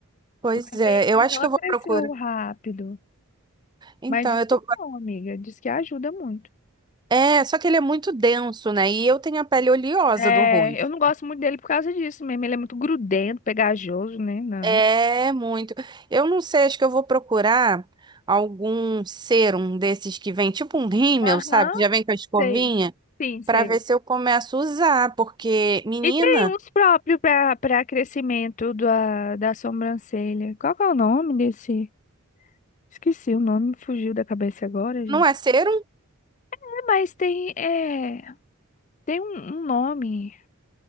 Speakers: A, on the right; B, on the left.
A: Pois
B: Mas
A: é,
B: aí assim,
A: eu acho
B: ela
A: que eu
B: cresceu
A: vou procurar.
B: rápido.
A: Então,
B: Mas diz
A: eu
B: que
A: tô.
B: é bom, amiga, diz que ajuda muito.
A: É, só que ele é muito denso, né? E eu tenho a pele oleosa
B: É,
A: do rosto.
B: eu não gosto muito dele por causa disso mesmo. Ele é muito grudento, pegajoso, né? Não.
A: É muito. Eu não sei, acho que eu vou procurar algum serum desses que vem, tipo um rímel,
B: Aham,
A: sabe? Já vem com a escovinha,
B: sei. Sim, sei.
A: pra ver se eu começo a usar, porque, menina,
B: E tem uns próprios para para crescimento da, da sobrancelha. Qual que é o nome desse? Esqueci o nome, me fugiu da cabeça agora, gente.
A: não é serum?
B: É, mas tem, é, tem um, um nome,